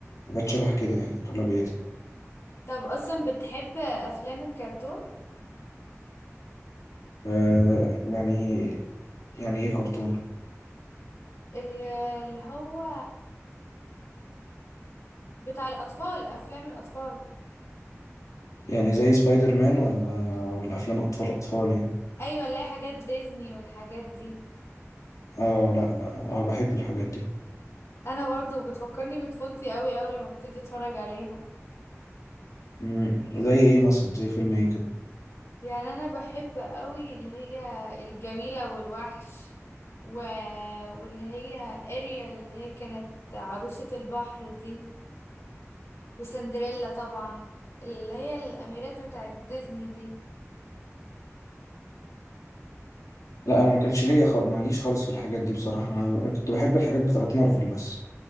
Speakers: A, on the left (about 90°); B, on the left (about 60°).
A: حاجات شبه كده يعني أغلبيتها
B: طب اصلا بتحب افلام الكرتون
A: ف- يعني يعني إيه كرتون
B: ال- اللي هو بتاع الاطفال افلام الاطفال
A: يعني زي سبايدر مان ولا ولا أفلام أطفال أطفال يعني
B: ايوه اللي هي حاجات ديزني والحاجات دي
A: اه لا لا اه بحب الحاجات دي
B: انا برضو بتفكرني بطفولتي قوي اول لما ابتدي اتفرج عليها
A: مم، زي ايه مثلا زي فيلم ايه كده
B: يعني انا بحب قوي اللي هي الجميلة والوحش و... واللي هي اريال اللي هي كانت عروسة البحر دي وسندريلا طبعا اللي هي الاميرات بتاعت ديزني دي
A: لا انا ما كانش ليا خ... معليش خالص في الحاجات دي بصراحه انا كنت بحب الحاجات بتاعت مارفل بس